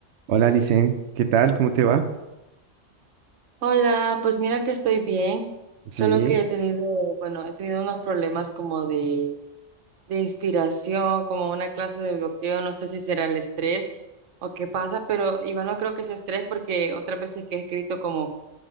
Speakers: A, on the right; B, on the right.
A: Hola, Licen, ¿qué tal? ¿Cómo te va?
B: Hola, pues mira que estoy bien, solo
A: Sí,
B: que he tenido, bueno, he tenido unos problemas como de, de inspiración, como una clase de bloqueo, no sé si será el estrés o qué pasa, pero igual no creo que sea estrés porque otras veces que he escrito como